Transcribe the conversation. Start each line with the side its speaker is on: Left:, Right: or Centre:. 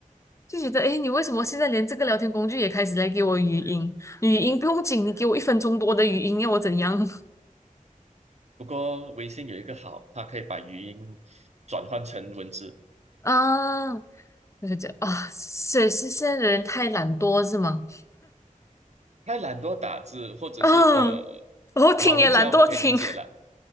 Left: 就觉得，诶，你为什么现在连这个聊天工具也开始来给我语音？语音不用紧，你给我一分钟多的语音，要我怎样？<laughs>
Right: 不过微信有一个好，它可以把语音转换成文字，
Left: 啊我就觉得啊，是是现在的人太懒惰是吗？
Right: 太懒惰打字，或者是呃，
Left: 嗯，我听也懒惰听，
Right: 老人家我可以理解了，